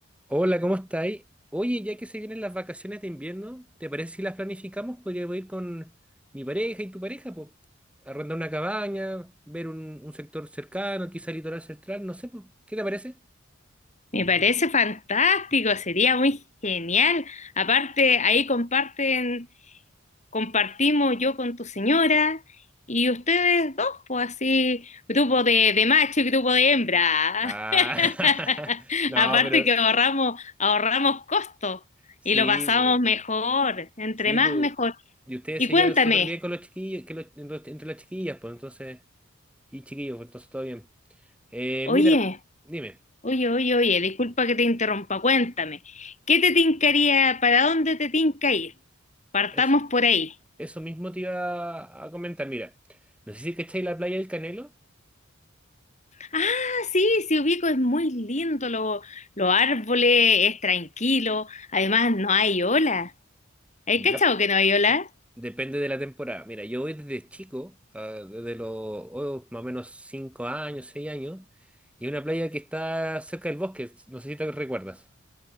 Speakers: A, in the centre; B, on the left.
A: Hola, ¿cómo estáis? Oye, ya que se vienen las vacaciones de invierno, ¿te parece si las planificamos? Podríamos ir con mi pareja y tu pareja, pues, arrendar una cabaña, ver un, un sector cercano, quizá litoral central, no sé, pues, ¿qué te parece?
B: Me parece fantástico, sería muy genial. Aparte, ahí comparten, compartimos yo con tu señora y ustedes dos, pues así, grupo de, de macho y grupo de hembra.
A: Ah,
B: <laughs>
A: <laughs> no,
B: Aparte
A: pero
B: que ahorramos, ahorramos costos
A: sí,
B: y lo pasamos
A: po,
B: mejor, entre
A: sí,
B: más
A: po.
B: mejor.
A: Y ustedes
B: Y
A: se
B: cuéntame,
A: llevan súper bien con los chiquillos, que los- entre entre las chiquillas, pues entonces, y chiquillos, pues, entonces todo bien. Eh,
B: oye,
A: mira, dime,
B: oye, oye, oye, disculpa que te interrumpa, cuéntame, ¿qué te tincaría, para dónde te tinca ir? Partamos
A: es.
B: por ahí.
A: Eso mismo te iba a comentar. Mira, no sé si cacháis la playa del Canelo.
B: Ah, sí, sí ubico, es muy lindo, lo- los árboles, es tranquilo, además no hay ola. ¿Hay
A: Ya.
B: cachado que no hay ola?
A: Depende de la temporada. Mira, yo voy desde chico, ah, desde los oh, más o menos 5 años, 6 años, y una playa que está cerca del bosque. No sé si te recuerdas.